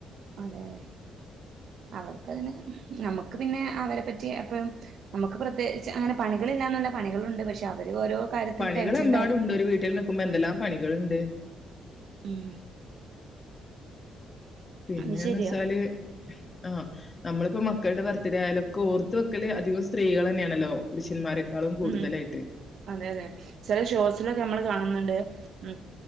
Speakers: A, on the right; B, on the left.
A: അതെ അതെ അവർക്കതിന് നമുക്ക് പിന്നെ അവരെ പറ്റി എപ്പഴും. നമുക്ക് പ്രത്യേകിച്ച് അങ്ങനെ പണികളില്ലാന്നല്ല പണികളുണ്ട് പക്ഷെ അവർ ഓരോ കാര്യത്തിന്
B: പണികളെമ്പാടുണ്ട്.
A: ടെൻഷനിലായിരിക്കും
B: ഒരു വീട്ടിൽ നിക്കുമ്പോ എന്തെല്ലാം പണികള്ണ്ട്.
A: ഉംഹ്.
B: പിന്നെന്ന്
A: അത് ശരിയാ
B: വെച്ചാല് ആഹ് നമ്മളിപ്പോ മക്കളുടെ ബർത്ത്ഡേ ആയാലൊക്കെ ഓർത്ത് വെക്കല് അധികം സ്ത്രീകളെന്നെയാണല്ലോ? പുരുഷന്മാരെക്കാളും. കൂടുതലായിട്ട്
A: ഉം അതെ അതെ ചെല ഷോസിലൊക്കെ നമ്മൾ കാണുന്നുണ്ട്. ഉംഹ്